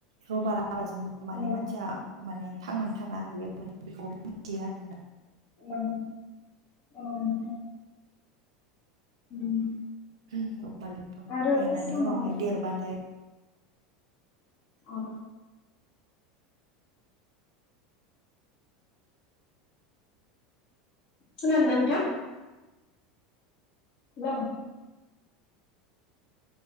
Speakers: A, on the right (about 75°); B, on the left (about 50°).
A: रबार राबाजोंबो
B: अ
A: माने मानसिया माने थांनानै थानो हायो माने बेखौ मिथिया आरोना?
B: औ औ नोंथां। उम।
A: उम दफाल बिफांखौ
B: आरो
A: गायनानै
B: आसामाव
A: उनावहाय देरबाथाय।
B: औ। खोनादोना नोंथां। नेल